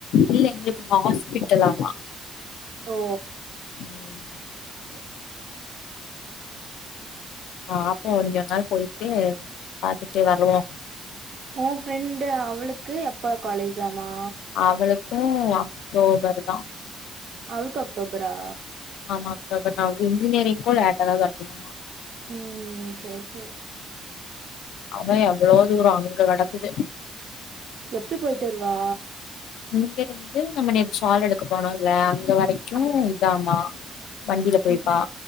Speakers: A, on the left; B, on the right.
A: இல்ல இங்க இருக்கு ஹாஸ்பிட்டலாம
B: ஓ
A: ம்
B: சேர் சேர்
A: ஆ அப்போ
B: ம்.
A: இங்க ஒரு நாள் போய்ட்டு பாத்துட்டு வருவோ
B: ஓ ஃபிரெண்டு் அவளுக்கு எப்ப காலேஜாமா
A: அவளுக்கூ அக்டோபர் தா
B: அவள்க்கு அக்டோபரா
A: ஆமா அக்டோபர்தா இன்ஜினியரிங் லேட்டாதா தொற்க்குதாமா
B: ம் சேரி சேரி
A: அது எவுளோ தூரோ அங்க கெடக்குது
B: எப்டி போய்ட்டு வருவா
A: இங்க இருந்து நம்ம நேத் சால் எடுக்க போனோம்ல்ல அங்க வரைக்கு
B: ஆ.
A: இதாமா வண்டியில போய்ப்பா
B: ம்.